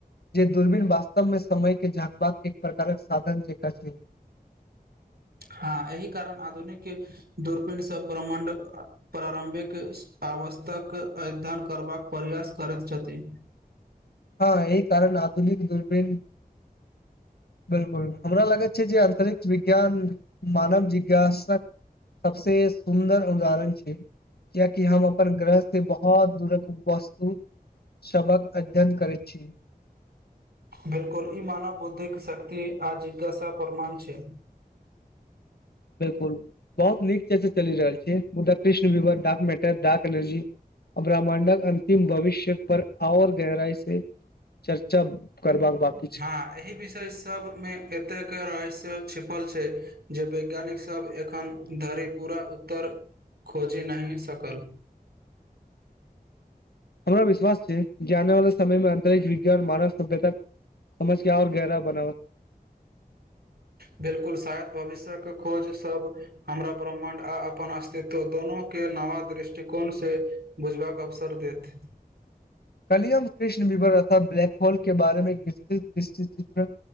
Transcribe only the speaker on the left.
जे दूरबीन वास्तव मे समय के झाँकबाक एक प्रकारक साधन जेका छैय।
हँ अहि कारण आधुनिक दूर्बीन बिलकुल हमरा लागैत छैय जे अन्तरिक्ष विज्ञान मानव जिज्ञासक सबसे सुन्दर उदाहरण छैय। कियेकि हम अपन ग्रह से बहुत दूरक वस्तु सबहक अध्ययन करै छी।
बिलकुल बहुत नीक चर्चा चलि रहल छैय मुदा कृष्ण, विवर, डार्क मैटर डार्क एनर्जी ब्रह्माण्डक अंतिम भविष्य पर आओर गहराई से चर्चा करबा बाक
हमरा विश्वास छैय जे आने वाला समयमे अंतरिक्ष विज्ञान मानव सभ्यता समझके आओर गहरा बनाब
कल्हि हम कृष्ण विवर अथवा ब्लैक होल के बारेमे विस्तृत विस्तृत्त चित्रण